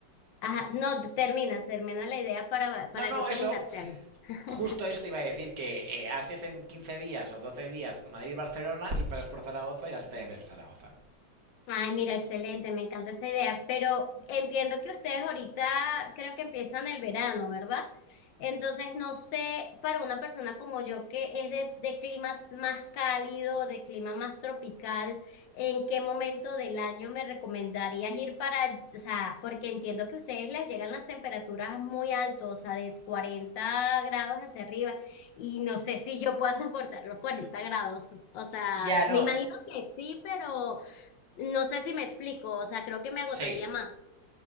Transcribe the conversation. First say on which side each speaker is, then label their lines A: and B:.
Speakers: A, on the left; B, on the right.
A: Ajá, no, termina, termina la idea para, para
B: No, no,
A: yo preguntarte
B: eso,
A: algo. <laughs>
B: justo eso te iba a decir, que eh, haces en 15 días o 12 días Madrid-Barcelona y pasas por Zaragoza y así también ves Zaragoza.
A: Ay, mira, excelente, me encanta esa idea, pero entiendo que ustedes ahorita creo que empiezan el verano, ¿verdad? Entonces, no sé, para una persona como yo que es de, de clima más cálido, de clima más tropical, ¿en qué momento del año me recomendarías ir para, o sea, porque entiendo que a ustedes les llegan las temperaturas muy altas, o sea, de 40 grados hacia arriba, y no sé si yo pueda soportar los 40 grados, o sea,
B: Ya no,
A: me imagino que sí, pero... No sé si me explico, o sea, creo que me agotaría
B: Sí,
A: más.